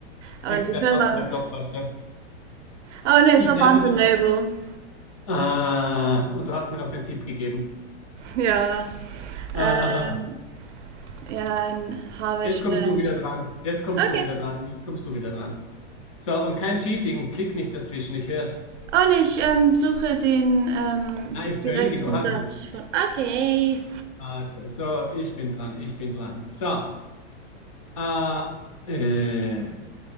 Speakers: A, on the right (about 90°); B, on the left (about 30°).
A: Und
B: Ich
A: die
B: bleib
A: Firma.
B: trotzdem bei Blockbuster.
A: Oh ne,
B: Ich
A: es war
B: bleibe
A: Barnes
B: bei
A: and
B: Blockbuster.
A: Noble. <laughs>
B: Ah, und du hast mir noch den Tipp gegeben.
A: Ja. Ähm,
B: Ah.
A: ja, ein Harvard-Student.
B: Jetzt kommst du wieder dran. Jetzt kommst
A: Okay.
B: du wieder dran. Jetzt kommst du wieder dran. So, und kein Cheating. Klick nicht dazwischen. Ich hör's.
A: Und ich ähm, suche den ähm,
B: Na, ist
A: direkten
B: völlig in Ordnung.
A: Satz von. Okay.
B: Warte, so, ich bin dran. Ich bin dran. So, äh, äh,